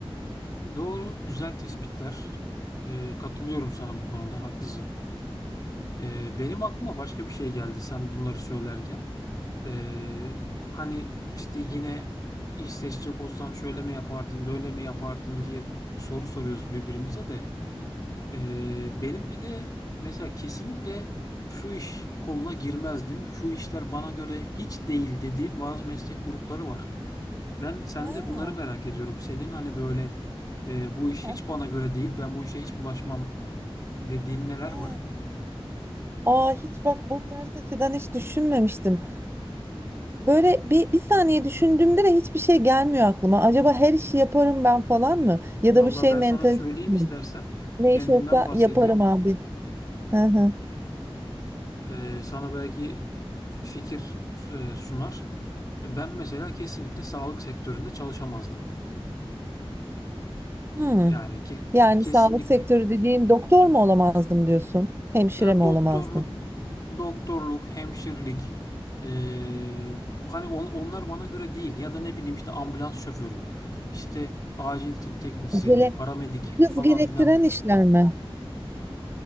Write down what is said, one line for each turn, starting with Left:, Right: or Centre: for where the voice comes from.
Left: Doğru, güzel tespitler. Ee, katılıyorum sana bu konuda, haklısın. Ee, benim aklıma başka bir şey geldi sen bunları söylerken. Ee, hani işte yine iş seçecek olsan şöyle mi yapardın, böyle mi yapardın diye soru soruyoruz birbirimize de. Ee, benim bir de mesela kesinlikle şu iş koluna girmezdim. Şu işler bana göre hiç değil dediğim bazı meslek grupları var. Ben sende
Right: Ha,
Left: bunları merak ediyorum. Senin hani böyle e, bu iş
Right: ha,
Left: hiç bana göre değil, ben bu işe hiç bulaşmam dediğin neler
Right: ha.
Left: var?
Right: Aa hiç bak bu ters açıdan hiç düşünmemiştim. Böyle bir, bir saniye düşündüğümde de hiçbir şey gelmiyor aklıma. Acaba her işi yaparım ben falan mı? Ya
Left: Vallahi
Right: da bu şey
Left: ben
Right: mentalitesi
Left: sana söyleyeyim istersen.
Right: mi? Ne
Left: Kendimden
Right: iş olsa
Left: bahsedeyim.
Right: yaparım abi. Hı hı.
Left: Ee, sana belki f- fikir e, sunar. Ben mesela kesinlikle sağlık sektöründe çalışamazdım.
Right: Hmm.
Left: Yani ki
Right: Yani
Left: kesinlikle.
Right: sağlık sektörü dediğin doktor mu olamazdım diyorsun? Hemşire
Left: Ya
Right: mi
Left: doktorluk,
Right: olamazdın?
Left: Doktorluk, hemşirlik, eee, hani on- onlar bana göre değil. Ya da ne bileyim işte ambulans şoförü, işte acil tıp teknisyeni,
Right: Acele
Left: paramedik
Right: hız
Left: falan
Right: gerektiren
Left: filan.
Right: işler mi?